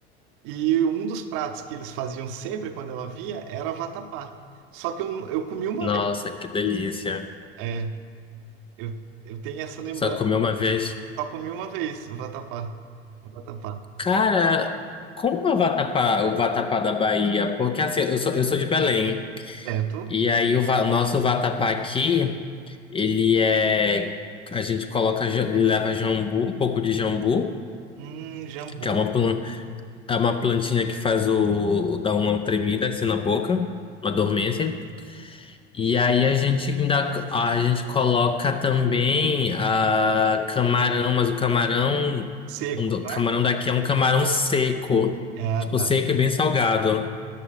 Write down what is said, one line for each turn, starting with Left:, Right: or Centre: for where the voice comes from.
Right: E um dos pratos que eles faziam sempre quando ela vinha era vatapá. Só que eu, eu comi uma
Left: Nossa,
Right: vez.
Left: que delícia.
Right: é, Eu, eu tenho essa lembrança,
Left: Só comi uma vez.
Right: só comi uma vez o vatapá. O vatapá.
Left: Cara, como é o vatapá, o vatapá da Bahia? Porque assim, eu sou, eu sou de Belém.
Right: Certo?
Left: E aí o, va- o nosso vatapá aqui, ele é. A gente coloca, ja- ele leva jambu, um pouco de jambu,
Right: Hum, jambu
Left: que é uma, plan- é uma plantinha que faz o. dá uma tremida assim na boca, uma dormência. E aí a gente ainda a gente coloca também a camarão, mas o camarão,
Right: seco,
Left: o
Right: né?
Left: camarão daqui é um camarão seco,
Right: Ah,
Left: tipo
Right: tá.
Left: seco e bem salgado.